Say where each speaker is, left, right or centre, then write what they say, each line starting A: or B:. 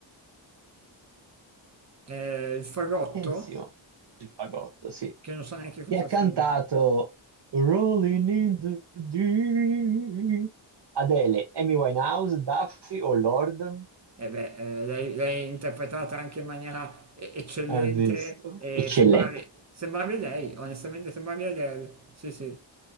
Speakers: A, on the right (about 35°); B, on the right (about 60°).
A: eh, il fagotto,
B: Attenzione, il fagotto, sì.
A: che non so neanche cosa
B: Chi ha cantato
A: sia.
B: Rolling in the Deep? Adele, Amy Winehouse, Duffy o Lord?
A: E beh, eh, l'hai l'hai interpretata anche in maniera e- eccellente
B: Hai visto?
A: e
B: Eccellente,
A: sembravi, sembravi lei, onestamente sembravi Adele. Sì, sì,